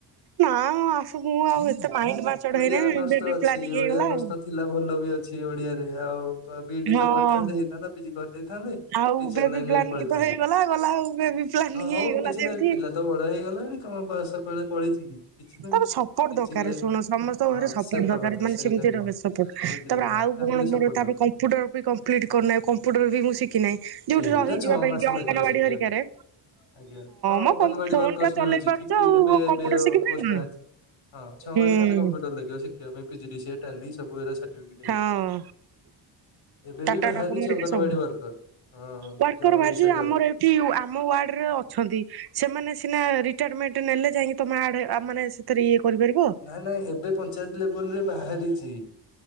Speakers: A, on the right; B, on the left.
A: ନା ଆସ ମୁୁଁ ଆଉ ଏତେ ମାଇଁଡ୍ ମେଚର
B: ଓଡିଆ
A: ହେଇନି
B: ଅନର୍ସ
A: ଏମଡି
B: ତ ଅଛି
A: ପ୍ଲା ଟିକେ
B: ଓଡିଆ
A: ହେଇଗଲା
B: ଅନର୍ସ
A: ଆଉ।
B: ତ ଥିଲା ଭଲ ବି ଅଛି ଓଡିଆରେ ଆଉ ବିଇଡି
A: ହଁ
B: ତ କରିଥାନ୍ତେ ହେଇଥାନ୍ତା ପିଜି କରିଦେଇଥାନ୍ତେ।
A: ଆଉ
B: ଟିଚର
A: ବେବି
B: ଲାଇନରେ
A: ପ୍ଲାନିଂ
B: ପଳେଇଥାନ୍ତେ
A: ତ ହେଇଗଲା ଗଲା ଆଉ ବେବି ହିଁ ପ୍ଲାନି
B: ହଁ
A: ହେଇଗଲା
B: ହଉ କିଛି
A: ଯେମିତି।
B: ନାହିଁ ପିଲା ତ ବଡ ହେଇଗଲାଣି ତମ ବୟସ କୁଆଡେ ପଳେଇଛି କି? କିଛି
A: ତା
B: ନାହିଁ।
A: ପରେ ସପର୍ଟ
B: ଟିଚିଂ
A: ଦରକାର
B: ଲାଇଫ
A: ଶୁଣ ସମସ୍ତ। ଘରେ
B: ହଁ
A: ସପୋର୍ଟ
B: ସତ
A: ଦରକାର
B: କଥା
A: ମାନେ
B: ସେଇଟା
A: ସେମିତିପୋର୍ଟ
B: ବି ହଁ ବୁଝିଲି
A: ତାପରେ
B: ହଁ
A: ଆଉ
B: ଫ୍ୟାମିଲି
A: କଣ ମୋର
B: ସପୋର୍ଟ
A: ତାପରେ
B: ଦରକାର।
A: କମ୍ପ୍ୟୁଟର କମ୍ପିଟ୍ କରୁନାହି କମ୍ପୁଟର ବି ମୁଁ ଶିଖିନାହିଁ
B: ସେଇଟା
A: ଯୋଉଠି ରହିଯିବା
B: ଛଅ
A: ପାଇଁ
B: ମାସ
A: ଅଙ୍ଗନବାଡି
B: ଲାଗିବ ଶିଖିବା
A: ହରିକାରେ।
B: ପାଇଁ ଆଜ୍ଞା ହଁ
A: ମ
B: ଅଙ୍ଗନବାଡି
A: ଫୋନ
B: ୱର୍କର୍ସ
A: ଟା ଚଲେଇ
B: ମିଳୁଛି
A: ପାରୁଛ
B: ଠିକ ଠିକ
A: ଆଉ
B: ଏବେ
A: କମ୍ପ୍ୟୁଟର
B: ଏବେ
A: ଶିଖିପାରିବନି।
B: ମାଚ୍ଚ୍ଚ ଛ
A: ହୁଁ
B: ମାସ ଖଣ୍ଡେ କମ୍ପୁଟର ଲାଗିବ ଶିଖିବା ପାଇଁ PG D C A Tally certificate.
A: ହଁ
B: ଏବେ
A: ଟାଟାଡକମେଟ
B: ବି ବାହାରିଛି ଅଙ୍ଗନବାଡି
A: ସବୁ
B: ୱାର୍କର ହଁ
A: ଉଆର୍କାର
B: ଯୋଉ
A: ବାହିରିଛି
B: ଓଡିଶା ଜବ
A: ଆମର
B: ରେ।
A: ଏ ଆମ ୱାର୍ଡ ରେ ଅଛନ୍ତି ସେମାନେ ସିନା ରିଟାଟମେଣ୍ଟ ନେଲେ ଯାଇକି ତମେ ଆଡ ମାନେ ଥିରେ କରିପାରିବେ।
B: ତାହେଲେ ଏବେ ପଞ୍ଚାୟତରେ ଲେଭେଲ୍ ରେ ବାହାରିଛି।